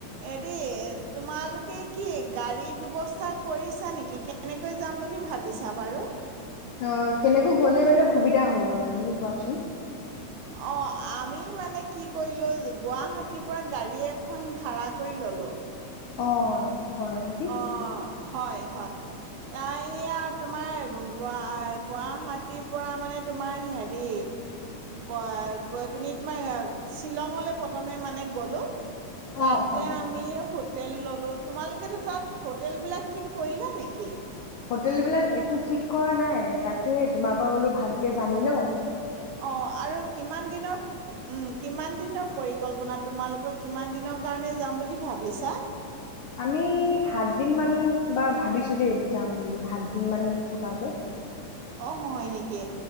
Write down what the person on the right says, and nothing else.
এৰি তোমালোকে কি গাড়ী ব্যৱস্থা কৰিছা নেকি? কেনেকৈ যাম বুলি ভাবিছা বাৰু?
অ আমি মানে কি কৰিলোঁ, গুৱাহাটীৰ পৰা গাড়ী এখন ভাড়া কৰি ললোঁ।
অহ' হয়, হয়, তাই এইয়া তোমাৰ গু গুৱাহাটীৰ পৰা মানে তোমাৰ হেৰি পা গৈ পিনি তোমাৰ শ্বিলংলৈ প্ৰথমে মানে গলোঁ। তাতে
আমি হো তেল ল'লো, তোমালোকেতো তাত হোটেল বিলাক ঠিক কৰিলা নেকি?
অ আৰু কিমান দিনৰ উম কিমান দিনৰ প কল্পনা, তোমালোকৰ কিমান দিনৰ কাৰণে যাম বুলি ভাবিছা?
অ' হয় নেকি,